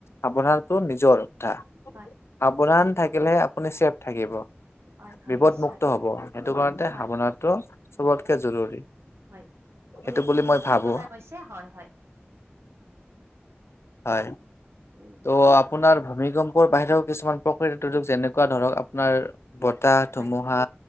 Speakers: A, on the left; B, on the right.
A: আাৱধাৰটো নিজৰ অথা
B: হয়
A: সাৱধান থাকিলে আপুনি চেফ থাকিব
B: হয় হয়
A: বিপদমুক্ত
B: নিশ্চয়
A: হব সেইটো কাৰণতে
B: হয়
A: ভাৱনাটো চবতকে জৰুৰী
B: হয় আপুনি
A: সেইটো বুলি মই
B: ঠিক
A: ভাবো
B: কথা কৈছে হয় হয়।
A: হয়,
B: উম,
A: ত' আপোনাৰ ভূমিকম্প <unintelligible> বাহিৰেও কিছুমান প্ৰকৃৃতৰ দুৰ্যোগ যেনেকুৱা ধৰক আপনাৰ বতাহ
B: হয়,
A: ধুমুহা